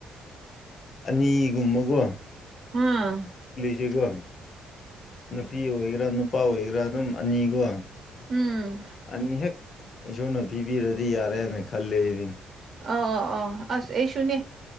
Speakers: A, on the left; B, on the right.
A: ꯑꯅꯤꯒꯨꯝꯕꯒꯣ
B: ꯑꯝ
A: ꯆꯀꯣ ꯅꯨꯄꯤ ꯑꯣꯏꯒꯦꯔꯥ ꯅꯨꯄꯥ ꯑꯣꯏꯒꯦꯔꯥ ꯑꯗꯨꯝ ꯑꯅꯤꯒꯣ
B: ꯎꯝ
A: ꯑꯅꯤ ꯍꯦꯛ ꯏꯁꯣꯔꯅ ꯄꯤꯕꯤꯔꯗꯤ ꯌꯥꯔꯦꯅ ꯈꯜꯂꯦ ꯑꯩꯗꯤ
B: ꯑꯥ ꯑꯥ ꯑꯥ ꯑꯁ ꯑꯩꯁꯨꯅꯦ